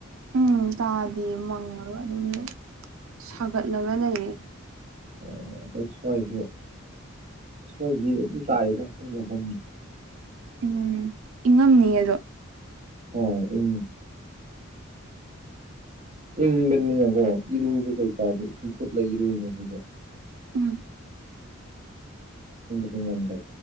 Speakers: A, on the right (about 85°); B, on the right (about 35°).
A: ꯎꯝ ꯇꯥꯗ ꯃꯪꯉꯒ ꯑꯗꯨꯝ ꯁꯥꯒꯠꯂꯒ ꯂꯩꯌꯦ
B: ꯑꯣ ꯑꯗꯣꯏ ꯁꯣꯏꯁꯨ ꯁꯣꯏꯕꯤꯕ ꯑꯗꯨꯝ ꯇꯥꯏꯗꯣꯏ ꯃꯐꯝ
A: ꯎꯝ ꯏꯪꯉꯝꯅꯤ ꯑꯗꯣ
B: ꯍꯣꯏ ꯎ ꯏꯪꯕꯅꯤꯅꯀꯣ ꯏꯔꯨꯕ ꯀꯩ ꯇꯥꯗ ꯏꯁꯤꯡꯐꯨꯠꯂ ꯏꯔꯨꯏꯅꯦ ꯑꯩꯈꯣꯏꯗ
A: ꯎꯝ
B: ꯗꯤ ꯉꯗ